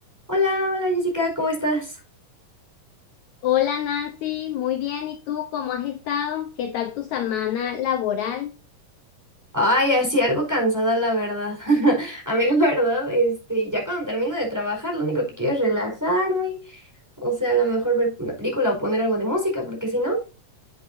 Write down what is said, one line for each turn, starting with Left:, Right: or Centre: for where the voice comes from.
Centre: Hola, hola Jessica, ¿cómo estás?
Left: Hola Nancy, muy bien. ¿Y tú cómo has estado? ¿Qué tal tu semana laboral?
Centre: Ay, así algo cansada la verdad. <laughs> A mí la verdad, este, ya cuando termino de trabajar, lo único que quiero es relajarme, o sea, a lo mejor ver una película o poner algo de música, porque si no.